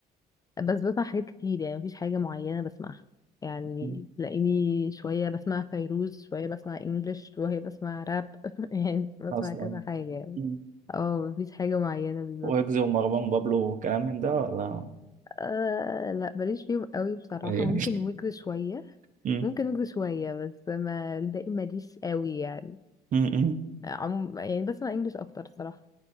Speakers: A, on the left (about 20°); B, on the right (about 50°).
A: بس بسمع حاجات كتير يعني مفيش حاجة معينة بسمعها يعني
B: <laughs> مم.
A: تلاقيني شوية بسمع فيروز شوية بسمع انجلش شوية بسمع راب <laughs> يعني بسمع
B: اصلا
A: كذا حاجة يعني
B: م.
A: اه مفيش حاجة معينة بالظبط
B: ويجز ومروان بابلو وكلام من ده ولا
A: أه لا ماليش فيهم قوي بصراحة
B: ايه يعني
A: ممكن ويجز شوية
B: م-
A: ممكن ويجز شوية بس ما الباقي ماليش قوي يعني
B: م- م.
A: عموم يعني بسمع انجلش اكتر صراحة